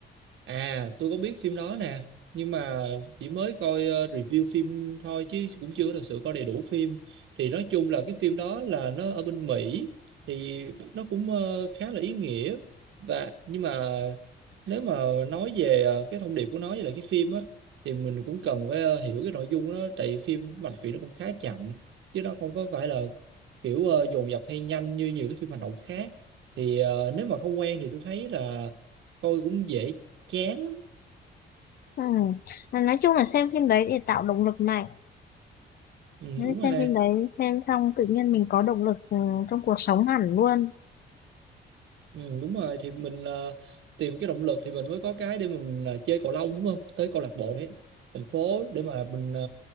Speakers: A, on the right; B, on the left.
A: À, tôi có biết phim đó nè, nhưng mà chỉ mới coi ờ, review phim thôi chứ cũng chưa có thật sự coi đầy đủ phim. Thì nói chung là cái phim đó là nó ở bên Mỹ thì nó cũng ờ, khá là ý nghĩa và nhưng mà nếu mà nói về ờ, cái thông điệp của nó với lại cái phim á thì mình cũng cần phải ờ, hiểu cái nội dung của nó tại vì phim mạch truyện nó cũng khá chậm chứ nó không có phải là kiểu ờ, dồn dập hay nhanh như nhiều cái phim hành động khác. Thì ờ, nếu mà không quen thì tôi thấy là coi cũng dễ chán lắm.
B: Ừm, Nói chung là xem phim đấy để tạo động lực mạnh.
A: ừ,
B: Nên
A: đúng
B: xem
A: rồi nè
B: phim đấy xem xong tự nhiên mình có động lực ừm, trong cuộc sống hẳn luôn.
A: ừ, đúng rồi thì mình ờ, tìm cái động lực thì mình mới có cái để mà mình ờ, chơi cầu lông đúng không tới câu lạc bộ đấy thành phố để mà mình ờ,